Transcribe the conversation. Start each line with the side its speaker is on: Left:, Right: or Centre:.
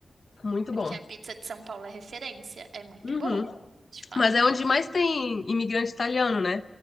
Left: Muito
Right: Porque
Left: bom.
Right: a pizza de São Paulo é referência. É muito
Left: Uhum.
Right: boa, de fato.
Left: Mas é onde mais tem imigrante italiano, né?